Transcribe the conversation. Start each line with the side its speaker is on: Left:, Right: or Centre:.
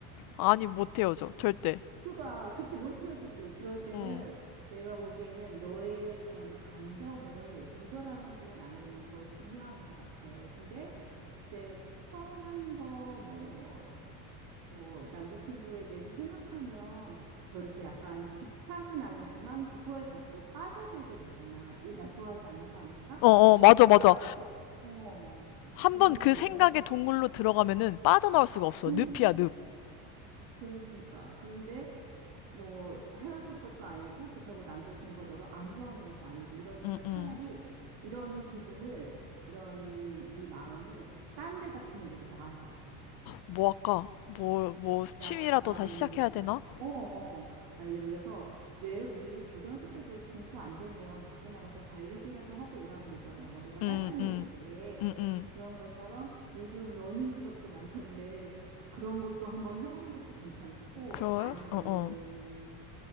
Left: 아니, 못 헤어져. 절대.
Right: 그 봐. 그치, 못 헤어지지. 그럴 때는
Left: 음.
Right: 내가 보기에는 너의 그런 감정을 조절하는 게 나는 더 중요한 것 같아. 근데 이제 서운한 거, 뭐, 뭐 남자친구에 대해서 생각하면 더 이렇게 약간 집착은 아니지만 그거에 자꾸 빠져들게 되잖아. 이, 나 좋아하지 않는 거 아니까
Left: 어, 어, 맞아,
Right: 나
Left: 맞아.
Right: 어,
Left: 한
Right: 그런
Left: 번 그
Right: 감정에
Left: 생각의 동굴로 들어가면은 빠져나올 수가 없어.
Right: 음.
Left: 늪이야, 늪.
Right: 어, 그러니까 그런데 뭐 헤어질 것도 아니고 그렇다고 남자친구가 너를 안 좋아하는 것도 아니고 이러니까
Left: 응,
Right: 차라리
Left: 응.
Right: 이런 기분을 이런 네 마음을 딴 데다 푸는 게 더 나을 것 같아.
Left: 뭐 할까? 뭐, 뭐, 취미라도
Right: 약간
Left: 다시 시작해야 되나?
Right: 어, 어. 어. 막 예를 들어서 왜 우리 고등학교 때도 공부 안 되면 밖에 나가서 달리기라도 하고 오라 그러잖아. 머리가
Left: 응,
Right: 깔끔해지게.
Left: 응, 응, 응.
Right: 그런 것처럼 요즘 러닝 클럽도 많던데 그런 것도 한번 해보는 것도 괜찮고
Left: 그러요
Right: 아니면은
Left: 어, 어,